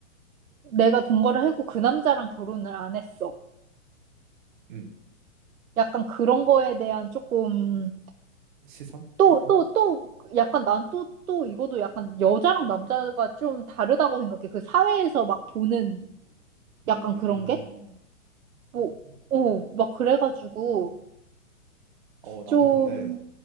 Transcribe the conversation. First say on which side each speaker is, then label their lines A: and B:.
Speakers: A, on the right (about 80°); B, on the right (about 35°).
A: 내가 동거를 하고 그 남자랑 결혼을 안 했어.
B: 음.
A: 약간 그런 거에 대한 조금
B: 시선?
A: 또, 또, 또, 약간 난 또, 또 이것도 약간 여자랑 남자가 좀 다르다고 생각해. 그 사회에서 막 보는
B: 음.
A: 약간 그런 게? 뭐, 어, 막 그래가지고
B: 어, 나는
A: 좀,
B: 근데